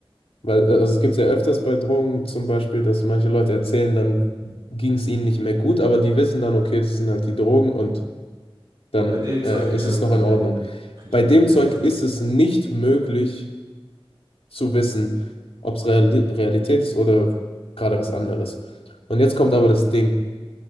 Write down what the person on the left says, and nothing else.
Weil, äh, also es gibt ja öfters bei Drogen zum Beispiel, dass manche Leute erzählen, dann ging es ihnen nicht mehr gut, aber die wissen dann, okay, das sind halt die Drogen und dann
äh,
ist
es
noch
in Ordnung.
Bei
dem
Zeug ist es nicht möglich zu wissen, ob es Reali Realität ist oder gerade was anderes. Und jetzt kommt aber das Ding.